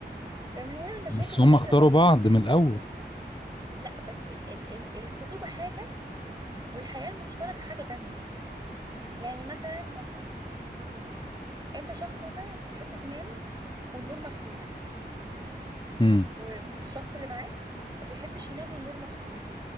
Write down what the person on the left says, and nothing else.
بس
هم اختاروا
بعض من الاول
امم